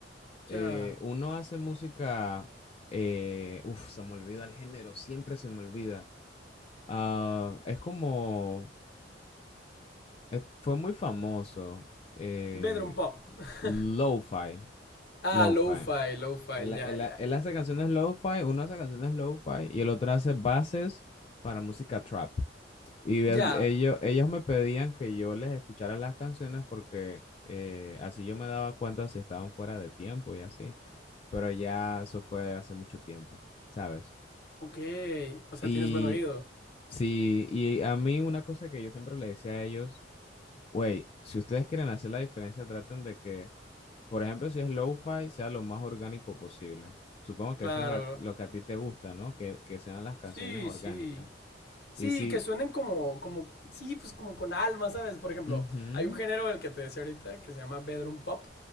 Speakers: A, on the left (about 35°); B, on the left (about 60°).
A: eh,
B: ya.
A: uno hace música, eh, uf, se me olvida el género, siempre se me olvida. Ah, es como, es- fue muy famoso, eh,
B: Bedroom pop.
A: lo-fi,
B: <laughs> Ah,
A: lo-fi.
B: lo-fi, lo-fi,
A: Él, él-
B: ya, ya,
A: él
B: ya.
A: hace canciones lo-fi, uno hace canciones lo-fi y el otro hace bases para música trap. Y el-
B: Ya.
A: ellos, ellos me pedían que yo les escuchara las canciones porque eh, así yo me daba cuenta si estaban fuera de tiempo y así. Pero ya eso fue hace mucho tiempo, ¿sabes?
B: Ok. O sea,
A: Y
B: tienes buen oído.
A: sí, y a mí una cosa que yo siempre le decía a ellos, güey, si ustedes quieren hacer la diferencia, traten de que por ejemplo, si es lo-fi, sea lo más orgánico posible. Supongo que
B: Claro.
A: eso es a- lo que a ti te gusta, ¿no? Que, que sean las canciones
B: Sí,
A: orgánicas.
B: sí. Sí,
A: Y si...
B: que suenen como, como, sí, pues como con alma, ¿sabes? Por ejemplo,
A: Ujú,
B: hay un género el que te decía ahorita que se llama bedroom pop,